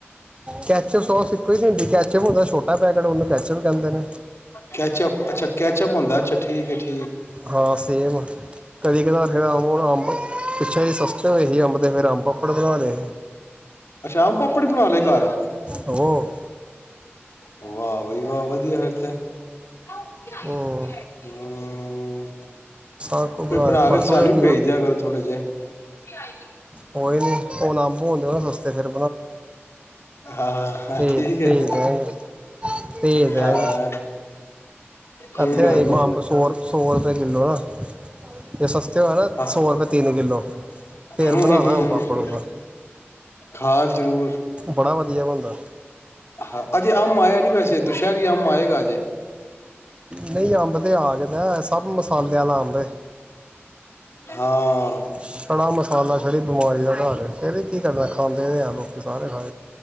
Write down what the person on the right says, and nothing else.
ਕੈਚਅਪ, ਸੋਸ ਇੱਕੋ ਹੀ, ਹੁੰਦੀ ਕੈਚਅਪ ਹੁੰਦਾ ਛੋਟਾ ਪੈਕਟ ਉਹਨੂੰ ਕੈਚਪ ਕਹਦੇ ਨੇ।
ਹਾਂ ਸੇਮ, ਕਦੀ ਕਦਾ ਫਿਰ ਅੰਬ ਹੁਣ ਅੰਬ ਪਿੱਛੇ ਜਿਹੇ ਸਸਤੇ ਹੋਏ ਸੀ, ਅੰਬ ਤੇ ਫਿਰ ਅੰਬ ਪਾਪੜ ਬਣਾ ਲੈਂ
ਹੋ <inaudible>
ਹੂੰ
ਸਾਰਾ ਕੁਝ
ਪਰਸੋਂ
ਜੋ
ਨਿਊ
ਕੋਈ ਨਹੀਂ ਹੁਣ ਅੰਬ ਹੁੰਦੇ, ਉਹ ਸਸਤੇ ਫਿਰ
ਤੇ
ਤੇ
ਤੇਜ ਤੇ ਤੇਜ
ਇਥੇ
ਆ,
ਅੰਬ ਸੌ ਸੌ ਰੁਪਇ ਕਿੱਲੋ ਨਾ ਜੇ ਸਸਤੇ ਹੋਏ ਨਾ
ਸੌ ਰੁਪਏ ਤਿੰਨ ਕਿੱਲੋ ਫਿਰ
ਬਣਾਉਣਾ
ਆਮ ਪਾਪੜ
ਓਦਾ
ਬੜਾ ਵਧੀਆ ਬਣਦਾ।
ਨਹੀਂ, ਅੰਬ ਤੇ ਆ ਗਦਾ ਸਭ ਮਸਾਲੇ ਵਾਲਾ ਅੰਬ ਹੈ।
ਛੜਾ ਮਸਾਲਾ ਛੜੀ ਬਿਮਾਰੀ ਦਾ ਘਰ, ਕੀ ਕਰਨਾ ਖਾਂਦੇ ਹੈ ਲੋਕੀ ਸਾਰੇ ਖਾ